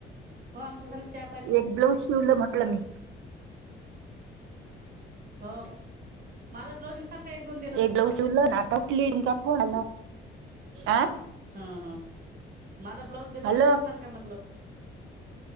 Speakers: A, on the right; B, on the right.
A: हो आमचं झालं चहा पाणी
B: एक ब्लाऊज शिवलं म्हटलं मी
A: हो मला ब्लाऊज का एक दोन दिलं
B: एक ब्लाउज शिवलं ना आता उठली तुमच्या फोनला अ
A: हा हा मला ब्लाउज दिला
B: हॅलो
A: तर शिवशान म्हटलं